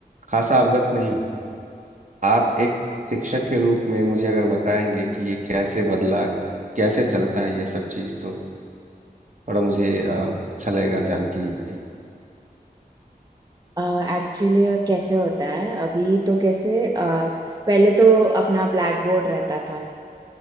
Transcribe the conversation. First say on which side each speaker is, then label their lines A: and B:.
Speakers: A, on the right; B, on the right.
A: खासा अवगत नहीं हूँ आप एक शिक्षक के रूप में मुझे अगर बताएंगे कि ये कैसे बदला कैसे चलता है ये सब चीज़ तो थोड़ा मुझे अ, अच्छा लगेगा जान के ये
B: एक्चुअली कैसे होता है अभी तो कैसे अ, पहले तो अपना ब्लैक बोर्ड रहता था